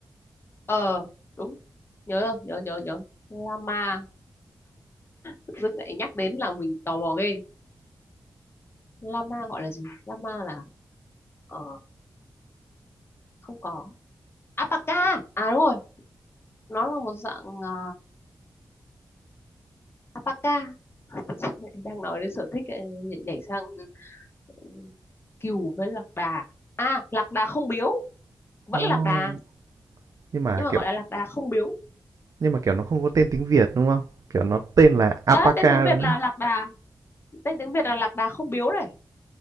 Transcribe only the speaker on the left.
ờ đúng nhớ rồi, nhớ nhớ nhớ lama tự dưng lại nhắc đến là mình tò mò ghê lama gọi là gì lama là ờ không có alpaca à đúng rồi nó là một dạng ờ, alpaca <laughs> đang nói đến sở thích lại nhảy, nhảy sang ừ, cừu với lạc đà à lạc đà không biếu vẫn
là lạc đà
nhưng mà
gọi là lạc đà không biếu
đấy tên tiếng Việt
là
lạc đà tên tiếng Việt là lạc đà không biếu đấy